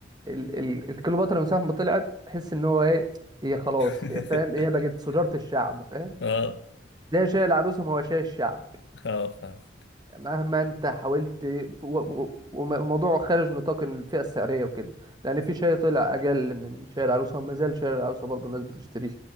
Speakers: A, on the right; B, on the left.
A: ال- ال- الكليوباترا من ساعه ما طلعت تحس ان هو ايه هي خلاص
B: <laughs>
A: هي فاهم هي بقت سجاره الشعب فاهم
B: اه
A: ده شاي العروسه ما هو شاي الشعب
B: اه فاهم
A: مهما انت حاولت و- و- وم- والموضوع خارج نطاق الفئه السعريه وكده لان في شاي طلع اجل من شاي العروسه وما زال شاي العروسه برضه الناس بتشتريه